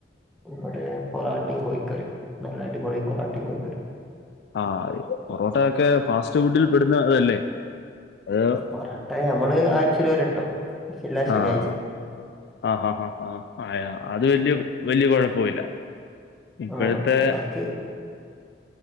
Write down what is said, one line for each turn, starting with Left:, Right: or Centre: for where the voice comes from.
Centre: ഇവിടെ പൊറാട്ടയും കോഴ്ക്കറിയും നല്ലടിപൊളി പൊറാട്ടയും കോഴിക്കറിയും
Left: ആഹ് പൊറോട്ട ഒക്കെ ഫാസ്റ്റ് ഫുഡിൽ പെടുന്നതല്ലേ? അത്
Centre: പൊറാട്ട നമ്മള് ആഴ്ചൽ ഒരട്ടം എല്ലാ ശനിയാഴ്ചയും
Left: ആഹ് ആഹ് ആഹ് ആ ആ അത് വല്യ വല്യ കുഴപ്പവില്ല, ഇപ്പഴത്തെ
Centre: ആഹ് ഇടക്ക്